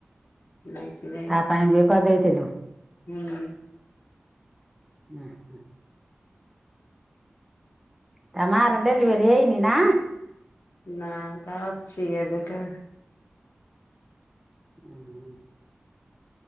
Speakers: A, on the left; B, in the centre.
A: ନାଇଁ <unintelligible>
B: ତା ପାଇଁ ବେକ ଦେଇଥିଲୁ
A: ହୁଁ।
B: ହ ହ ତା ମାର ଡେଲିଭରି ହେଇନି ନା
A: ନା ତା ଅଛି ଏବେ ତ
B: ହୁଁ ହୁଁ।